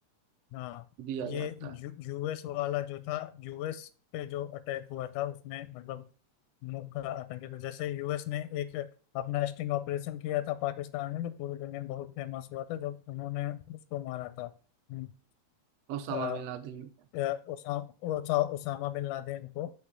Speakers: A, on the left; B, on the right.
A: हाँ
B: दिया जाता
A: ये
B: है
A: यू, यूएस वाला जो था यूएस पे जो अटैक हुआ था उसमें मतलब मुल्क का आतंकित जैसे यूएस ने एक अपना स्टिंग ऑपरेशन किया था पाकिस्तान में जो पूरी दुनिया में बहुत फेमस हुआ था जब उन्होंने उसको मारा था हम्म,
B: ओसामा
A: अ,
B: बिन लादेन का
A: अ, उसा, उसा, उसामा बिन लादेन को